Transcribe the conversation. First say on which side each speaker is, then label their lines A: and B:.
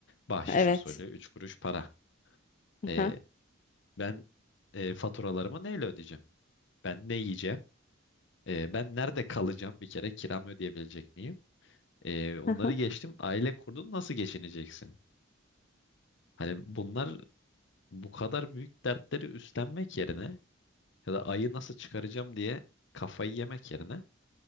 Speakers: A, on the left (about 60°); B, on the left (about 40°).
A: Bahşiş
B: Evet.
A: usulü 3 kuruş para.
B: Aha,
A: Ee, ben e, faturalarımı neyle ödeyeceğim? Ben ne yiyeceğim? Ee, ben nerede kalacağım? Bir kere kiramı ödeyebilecek miyim? Ee, onları
B: aha.
A: geçtim. Aile kurdun nasıl geçineceksin? Hani bunlar bu kadar büyük dertleri üstlenmek yerine Ya da ayı nasıl çıkaracağım diye kafayı yemek yerine